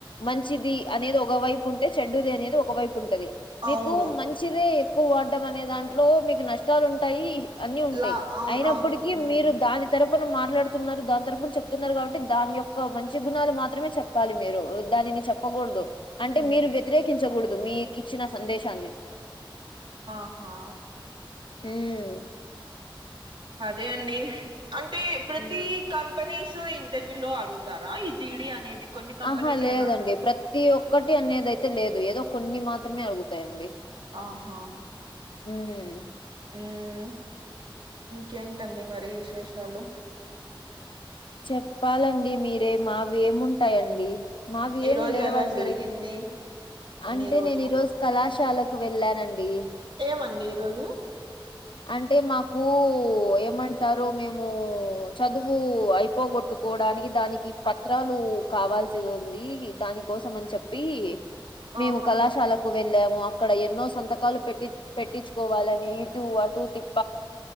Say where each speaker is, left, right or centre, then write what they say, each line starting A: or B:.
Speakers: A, on the left (about 65°); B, on the right (about 65°).
A: మంచిది అనేది ఒక వైపు ఉంటే చెడ్డుది అనేది ఒక వైపు ఉంటది మీకు
B: అవును
A: మంచిదే ఎక్కువ వాడ్డం అనే దాంట్లో మీకు నష్టాలు ఉంటాయి అన్నీ ఉంటాయి
B: లా అవును
A: అయినప్పటికీ
B: అవును మ్మ్
A: మీరు దాని తరపున మాట్లాడు చెప్తున్నారు దాని తరపున చెప్తున్నారు తున్నారు దాని తరపున చెప్తున్నారు కాబట్టి దాని యొక్క మంచి గుణాలు మాత్రమే చెప్పాలి మీరు దానిని చెప్పకూడదు అంటే
B: మ్మ్
A: మీరు వ్యతిరేకించకూడదు మీకిచ్చిన సందేశాన్ని
B: ఆహా
A: హ్మ్.
B: అదే అండి అంటే ప్రతి
A: హ్మ్.
B: కంపెనీస్ ఇంటర్వ్యూ లో అడుగుతారా ఈ జీడీ అనేది కొన్ని కంపెనీస్
A: ఆహా లేదండి
B: ఏనా
A: ప్రతి ఒక్కటి అనేది అయితే లేదు ఏదో కొన్ని మాత్రమే అడుగుతాయండి
B: ఆహా
A: హ్మ్
B: మ్మ్ ఇంకేంటండి మరి విశేషాలు
A: చెప్పాలండి మీరే మావి ఏముంటాయండి మావి
B: ఈ
A: ఏం
B: రోజు
A: లేవండి
B: ఎలా జరిగింది
A: అంటే
B: మీ రోజు
A: నేను ఈరోజు కళాశాలకు వెళ్ళానండి
B: ఏమండి ఈ రోజు
A: అంటే మాకు ఏమంటారు మేము చదువు అయిపోగొట్టు కోడానికి దానికి పత్రాలు కావాల్సి ఉంది దాని కోసం అని చెప్పి మేము
B: ఆహా
A: కళాశాల కు వెళ్ళాము అక్కడ ఎన్నో సంతకాలు పెట్టి పెట్టించుకోవాలని ఇటు అటు తిప్